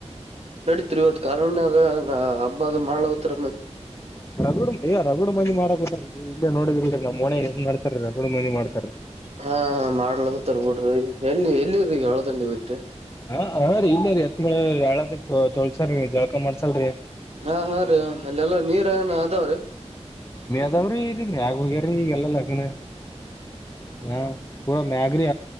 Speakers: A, on the right; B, on the left.
A: ವ್ ಕಾರಣ ಅ ಹಬ್ಬ ಅದು ಮಾಡತ್ರ
B: ರಗುಡು ಏ ರಗುಡು ಮಂದಿ ಮಾಡಕ ಇಲ್ಲೇ ನೋಡಿದಿಲ್ರಿ ನಮ್ ಮಡ್ತ ರಗು ಮಂದಿ ಮಾಡ್ತ <inaudible>
A: ಹಾ ಮಾಡ್ಲಕ್ಕ ತರ್ಬಿಡ್ರಿ ಎಲ್ಲಿ ಎಲ್ಲಿರ ಈಗ ಹಳದಂಡಿ ಬಿಟ್ರಿ
B: ಹ ಹ ರೀ ಇಲ್ಲ ರೀ ಹತ್ ಯಳ ತೋಳ್ಸಲ್್ರೀ ಜಳಕ ಮಾಡ್ಸಲ್ರಿ
A: ಹಾ ಹಾ ರೀ ಅಲ್ಲೆಲ್ಲ ನೀರ ಏನ ಅದಾವ್ರೀ
B: ಅದಾವರಿ ಇಲ್ಲಿ ಮ್ಯಾಘ ವಗರ ಗಲ್ಲ ಲಗನ ಹಾ ಪೂರ ಮ್ಯಾಗರಿೀ